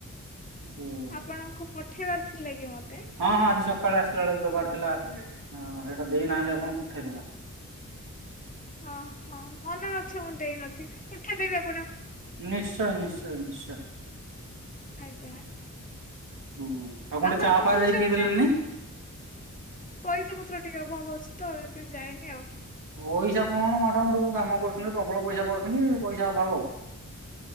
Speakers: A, on the right (about 80°); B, on the left (about 25°).
A: ହୁଁ।
B: ଆପଣଙ୍କୁ ପଠେଇବାର ଥିଲା କି ମତେ?
A: ହଁ, ହଁ ଆଜି ସକାଳେ ଆସିଲା ବେଳୁ ଦେବାର ଥିଲା ସେଇଟା ଦେଇନାହାନ୍ତି ଆପଣ ପଠେଇଦେବେ।
B: ହଁ ହଉ ମନେ ନ ଥିବ ମୁଁ ଦେଇନଥିବି ପଠେଇ ଦେବି ଆ
A: ନିଶ୍ଚୟ, ନିଶ୍ଚୟ, ନିଶ୍ଚୟ।
B: ଆଜ୍ଞା।
A: ହୁଁ। ଆଉ ଖଣ୍ଡେ
B: ଆପଣ
A: ଚା
B: କଣ
A: ଫା
B: କହୁଥିଲେ
A: ଯାଇ ପିଇ
B: ଗୋଟେ
A: ଦେଲେନି।
B: ପଇସା ପତ୍ର ଟିକେ ଅଭାବ ଅଛି ତ ସେଥିପାଇଁ ଯାଇନି ଆଉ।
A: ପଇସା କଣ ମାଡ଼ାମ୍‌ ଗୋଟ କାମ କରୁଛନ୍ତି ପ୍ରବଳ ପଇସା ପାଉଛନ୍ତି ପଇସା ଅଭାବ।